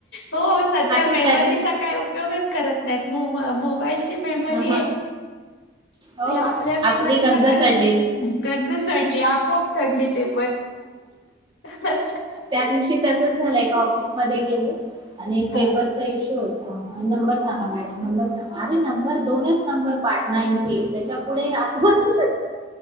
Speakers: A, on the left; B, on the right.
A: हो सध्या
B: असंच
A: मेमरीचा
B: त्या दिवशी
A: काय उपयोगच. करत नाहीत. मोम मोबाईल ची मेमरी
B: हा हा, हो
A: ते, आपल्या मेमरीचा
B: आपली गंज
A: काय
B: चढली
A: उपयोगच नाही, गंज चडली आपोआप. चढली ते पण <inaudible>
B: त्या दिवशी तसचं झालंय, एका ऑफिस मध्ये गेले. आणि
A: हा
B: पेपरचा इश्यू होता. नंबर सांगा मॅडम, नंबर सांगा, अरे नंबर दोनच नंबर पाट नाहीतय त्याच्या पुढं आठवतच